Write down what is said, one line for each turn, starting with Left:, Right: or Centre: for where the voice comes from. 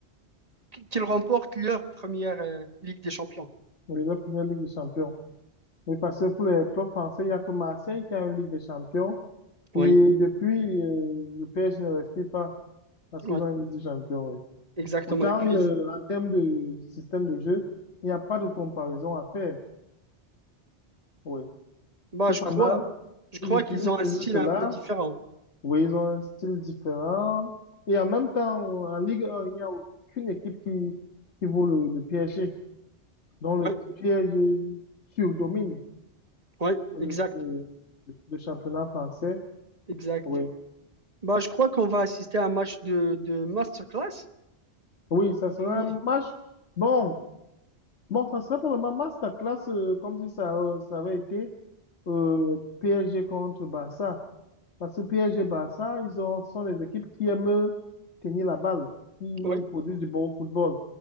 Right: qu'ils remportent leur première euh, Ligue des Champions.
Left: pour la première Ligue des Champions? Oui, parce que pour les clubs français, il n'y a que Marseille qui a une Ligue des Champions.
Right: Oui,
Left: Et depuis, euh, le PSG ne respire pas parce
Right: oui,
Left: qu'ils ont une Ligue des Champions, oui.
Right: exactement.
Left: Pourtant,
Right: Et puis,
Left: euh,
Right: ils-
Left: en termes de système de jeu, il n'y a pas de comparaison à faire, oui.
Right: bah,
Left: Cependant,
Right: je crois, je crois
Left: ils utilisent
Right: qu'ils ont
Left: toujours
Right: un style
Left: cela
Right: un peu différent.
Left: Oui, ils ont un style différent. Et en même temps, en Ligue 1, il n'y a aucune équipe qui, qui vaut le, le PSG, dont le
Right: Oui,
Left: PSG surdomine
Right: oui,
Left: le,
Right: exact.
Left: le, le championnat français.
Right: Exact.
Left: Oui.
Right: Bah, je crois qu'on va assister à un match de, de masterclass.
Left: Oui, ça serait
Right: Puis,
Left: un match. Bon, bon, ça serait probablement un masterclass, euh, comme si ça, euh, ça avait été euh, PSG contre Barça. Parce que PSG Barça, ils ont, sont les équipes qui aiment tenir la balle, qui nous
Right: oui,
Left: produisent du bon football.